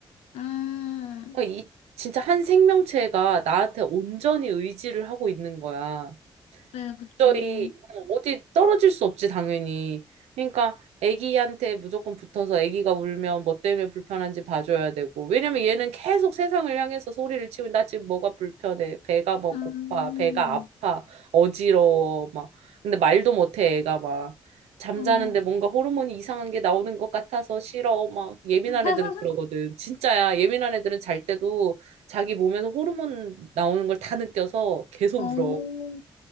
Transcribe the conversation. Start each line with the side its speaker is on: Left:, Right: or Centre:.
Left: 음,
Right: 그러니까 이 진짜 한 생명체가 나한테 온전히 의지를 하고 있는 거야.
Left: 네, 그쵸.
Right: 저희 어, 어디 떨어질 수 없지 당연히. 그러니까 아기한테 무조건 붙어서 아기가 울면 뭐 때문에 불편한지 봐줘야 되고. 왜냐면 얘는 계속 세상을 향해서 소리를 치고 나 지금 뭐가 불편해. 배가 뭐
Left: 음,
Right: 고파. 배가 아파. 어지러워. 막. 근데 말도 못해 애가 막. 잠자는데
Left: 어.
Right: 뭔가 호르몬이 이상한 게 나오는 것 같아서 싫어. 막 예민한
Left: <laughs>
Right: 애들은 그러거든. 진짜야. 예민한 애들은 잘 때도 자기 몸에서 호르몬 나오는 걸 다 느껴서 계속
Left: 어,
Right: 울어.